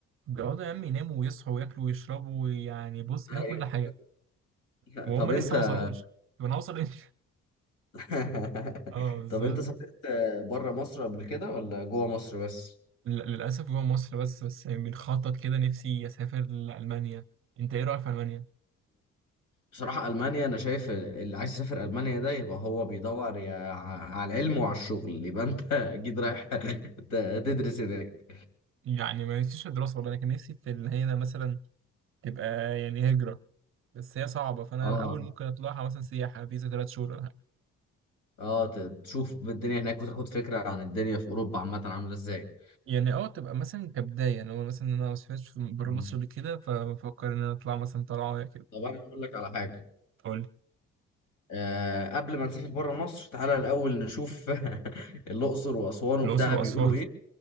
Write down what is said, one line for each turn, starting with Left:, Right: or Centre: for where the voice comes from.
Right: بيقعدوا يا عم يناموا ويصحوا وياكلوا ويشربوا ويعني بص بيعملوا
Left: ايوه
Right: كل حاجة
Left: <laughs>
Right: وهم
Left: طب
Right: لسه
Left: انت
Right: ما وصلوش طب أنا هوصل إمتى؟
Left: <laughs>
Right: اه بالظبط
Left: طب انت سافرت بره مصر قبل كده ولا جوه مصر بس؟
Right: لل- للأسف جوه مصر بس بس بنخطط كده نفسي أسافر لألمانيا أنت إيه رأيك في ألمانيا؟
Left: بصراحة ألمانيا أنا شايف اللي عايز يسافر ألمانيا ده يبقى هو بيدور يا ع- على العلم وعلى الشغل يبقى أنت <laughs> أكيد رايح <laughs> ت- تدرس هناك
Right: يعني ما نفسيش في الدراسة والله أنا كان نفسي في إن هي مثلا تبقى يعني هجرة بس هي صعبة فأنا
Left: أه
Right: الأول ممكن أطلعها مثلا سياحة فيزا ثلاث شهور ولا حاجة
Left: أه ت- تشوف الدنيا هناك وتاخد فكرة عن الدنيا في أوروبا عامة عاملة إزاي
Right: يعني أه تبقى مثلا كبداية أنا مثلا أنا ما سافرتش في- بره
Left: مم.
Right: مصر قبل كده فبفكر إن أنا أطلع مثلا طلعة كده
Left: طب أنا هقول لك على حاجة
Right: تقول لي
Left: أه قبل ما نسافر بره مصر تعالى الأول نشوف <laughs> الأقصر وأسوان وبتاع
Right: الأقصر وأسوان
Left: بيقولوا إيه